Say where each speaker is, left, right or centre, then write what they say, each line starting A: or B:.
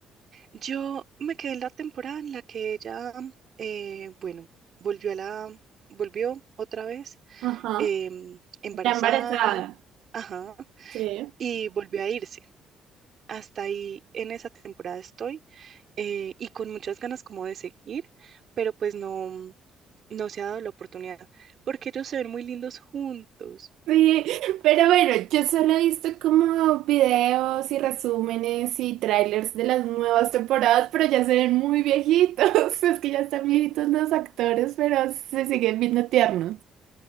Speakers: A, on the right; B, on the right.
A: Yo me quedé en la temporada en la que ella, eh, bueno, volvió a la, volvió otra vez
B: Ajá.
A: em, embarazada,
B: Está embarazada.
A: ajá,
B: Sí.
A: y volvió a irse. Hasta ahí en esa temporada estoy eh, y con muchas ganas como de seguir, pero pues no, no se ha dado la oportunidad porque ellos se ven muy lindos juntos.
B: Sí, pero bueno, yo solo he visto como videos y resúmenes y trailers de las nuevas temporadas, pero ya se ven muy viejitos. <laughs> Es que ya están viejitos los actores, pero se siguen viendo tiernos.